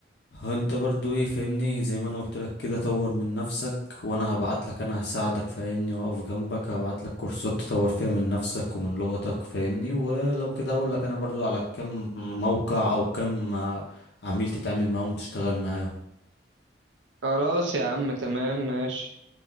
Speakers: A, on the left; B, on the right.
A: هو انت برضو ايه فاهمني زي ما انا قلت لك كده طور من نفسك وانا هبعت لك انا هساعدك فاهمني واقف جنبك هبعت لك كورسات تطور فيها من نفسك ومن لغتك فاهمني ولو كده اقول لك انا برضو على كم موقع او كم آه، عميل تتعامل معاهم وتشتغل معاهم
B: خلاص يا عم تمام ماشي